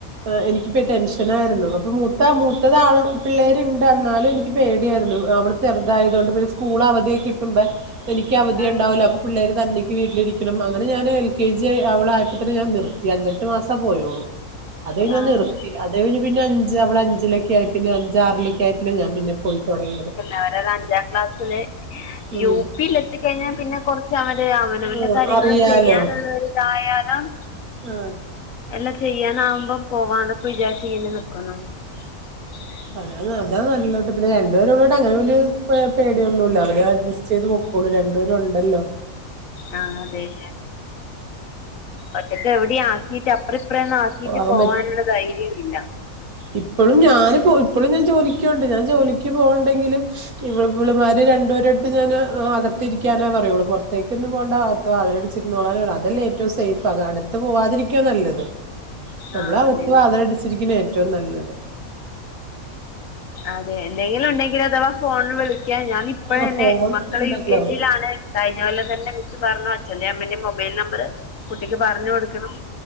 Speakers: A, on the right; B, on the left.
A: ആഹ് എനിക്പ്പ ടെൻഷനായിരുന്നു. അപ്പൊ മൂത്ത മൂത്തത് ആൺ പിള്ളേര്ണ്ട് ന്നാലും എനിക്ക് പേടിയായിരുന്നു. അവള് ചെറുതായതൊണ്ട് പിന്നെ സ്കൂളവധി കിട്ടുമ്പ എനിക്യവധി
B: ആഹ്
A: ണ്ടാവൂല. അപ്പ പിള്ളേര് തന്നിക്ക് വീട്ടിലിരിക്കണം. അങ്ങനെ ഞാന് കെ ജി അവളായപ്പൊ ത്തന്നെ ഞാൻ നിർത്തി. അഞ്ചെട്ട് മാസം പോയള്ളൂ. അത് കയിഞ്ഞ് ഞാൻ
B: ആഹ്
A: നിർത്തി അത് കയിഞ്ഞ് ഞാ നിർത്തി. അത്കഴിഞ് പിന്നെ അഞ്ച് അവള് അഞ്ചിലൊക്കായി. പിന്നെ അഞ്ചാറിലേ- കെറ്ററിംഗ പിന്നെ പ്പൊ തൊടങ്ങിയത്.
B: അവനത് അഞ്ചാം ക്ലാസ്സില്
A: ഉം
B: യു പിൽ എത്തിക്കഴിഞ്ഞാ പിന്നെ കൊറച്ച് അവര് അവനവന്റെ
A: ആഹ്
B: കാര്യങ്ങള്
A: അറിയാലോ
B: ചെയ്യാനുള്ള രു ഇതായാലും
A: ആഹ്
B: എല്ലാ ചെയ്യാനാവുമ്പോ പോവാന്നൊക്കെ വിജാരിച്ച് ഇങ്ങെനെ നിക്കുന്നു. <inaudible>
A: അത അതാ ന്നല്ലെത്. പിന്നെ രണ്ടുപേര് ള്ളോണ്ട് അങ്ങെനെ വെല്യോരു പേ പേടിയൊന്നുല്ല. അവര് അട്ജെ ചെയ്യ്ത് പൊക്കോളും. രണ്ടുപേരുംഅവിടെ ഒണ്ടല്ലോ.
B: ആഹ് അതെലെ. ഒറ്റെക്ക് എവ്ടിം ആക്കീട്ട് അപ്പ്ർ ഇപ്പ്റെന്നാ ആൾ ക്കീട്ട്
A: പോവാൻ
B: പോവാനുള്ള ധൈര്യോ ഇല്ല.
A: ഇപ്പളും ഞാന് പോ ഇപ്പഴും ഞാൻ ജോലിക്പോവ്ണ്ട്. ഞാൻ ജോലിക്ക് പോവ്ണ്ടെങ്കിലും ഇവ് ഇവൾമ്മാര് രണ്ടുപേരെട്ത്തും ഞാന് അകത്തിരിക്കാനേ പറയൊള്ളു. പൊർത്തേക്കൊന്നും പോണ്ട. കത്ത് വാതിലടച്ചിര്ന്നോള അതല്ലേ ഏറ്റവും സേഫ്. അട്ത്ത് പോവാതിരിക്ക ഏറ്റവും ന്നല്ലെത്. ന്നമ്മള്
B: ആഹ്
A: അകത്ത്
B: അതന്നെ
A: വാതിലടച്ചിരിക്കുന്നതാ ഏറ്റെവും ന്നല്ലെത്.
B: അതെ എന്തെങ്കിലും ഉണ്ടെങ്കില് അഥവാ ഫോണ് വിളിക്കാ ഞാൻ ഇപ്പഴെന്നെ
A: ആഹ് ഫോണൊക്കെ
B: മക്കള്
A: ഉണ്ടല്ലോ
B: യു കെ ജിയിലാണ്. കഴ്‌ഞ്ഞൊല്ലൊം തന്നെ മിസ് പർഞ്ഞു അച്ഛന്റിം അമ്മന്റിം മൊബൈൽ നമ്പർ കുട്ടിക്ക് പറഞ് കൊട്ക്കണം.